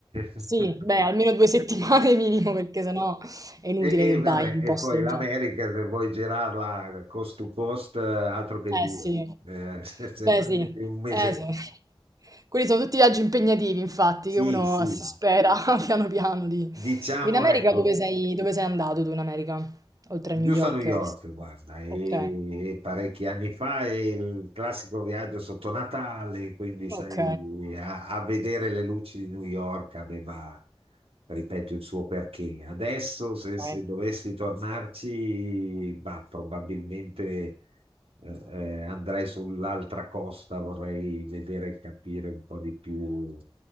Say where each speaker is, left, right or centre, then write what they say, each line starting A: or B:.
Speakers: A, on the right; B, on the right.
A: <laughs>
B: Sì, beh, almeno 2 settimane
A: E,
B: <laughs> minimo, perché sennò è inutile
A: e
B: che
A: vabbè,
B: vai in un
A: e
B: posto
A: poi
B: del
A: l'America,
B: genere.
A: se vuoi girarla cost to cost, eh, altro che due.
B: Eh sì,
A: Eh, <laughs> se, se
B: beh
A: prendete
B: sì,
A: un mese,
B: eh sì. Quelli sono tutti viaggi impegnativi, infatti,
A: sì,
B: che uno
A: sì,
B: si spera <laughs> piano piano di...
A: diciamo,
B: In America
A: ecco,
B: dove sei, dove sei andato tu in America? Oltre
A: giusto
B: a New York,
A: a New York,
B: hai visto?
A: guarda, e,
B: Ok,
A: e parecchi anni fa è il classico viaggio sotto Natale, quindi sai,
B: ok,
A: a, a vedere le luci di New York aveva, ripeto, il suo perché. Adesso, se,
B: ok.
A: se dovessi tornarci, bah, probabilmente. eh, eh, andrei sull'altra costa, vorrei vedere e capire un po' di più.